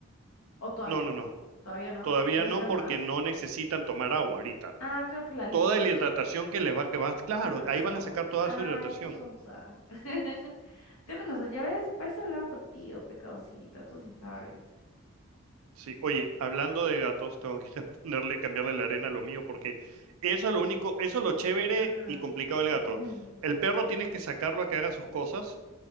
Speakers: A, on the left; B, on the right.
A: o todavía
B: no, no,
A: no,
B: no.
A: todavía no,
B: Todavía
A: que crezcan
B: no, porque
A: más.
B: no necesitan tomar agua ahorita.
A: Ah, claro, por la leche.
B: Toda la hidratación que les va, que va, claro,
A: Tienes razón.
B: ahí van a sacar toda
A: Ay,
B: su hidratación.
A: qué sonsa. <laughs> Tienes razón, ya ves, para eso hablaba contigo, pecadosita, tú sí sabes.
B: Sí, oye, hablando de gatos, tengo que ir a <laughs> ponerle, cambiarle la arena a lo mío, porque eso es lo único, eso es lo chévere
A: Ajá.
B: y complicado del
A: <laughs>
B: gato. El perro tienes que sacarlo a que haga sus cosas